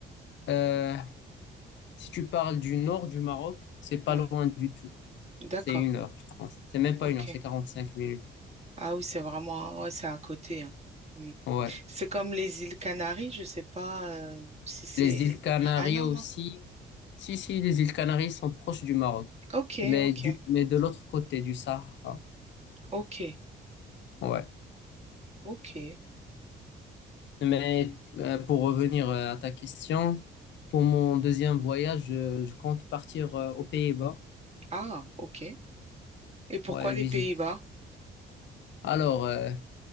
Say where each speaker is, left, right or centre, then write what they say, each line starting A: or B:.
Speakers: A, on the left; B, on the right.
A: euh, si tu parles du nord du Maroc, c'est pas
B: Oui,
A: loin du tout.
B: d'accord,
A: C'est une heure, je pense. C'est même pas
B: ok.
A: une heure, c'est 45 minutes.
B: Ah oui, c'est vraiment, ouais, c'est à côté. hein. Mm.
A: Ouais.
B: C'est comme les îles Canaries, je sais pas euh, si c'est...
A: Les îles Canaries
B: Ah non,
A: aussi.
B: non.
A: Si, si, les îles Canaries sont proches du Maroc.
B: Ok,
A: Mais,
B: ok,
A: du, mais de l'autre côté du Sahara.
B: ok,
A: Ouais.
B: ok.
A: Mais euh, pour revenir euh, à ta question, pour mon deuxième voyage, je, je compte partir euh, aux Pays-Bas.
B: Ah, ok. Et pourquoi
A: Ouais,
B: les
A: visite.
B: Pays-Bas?
A: Alors, euh,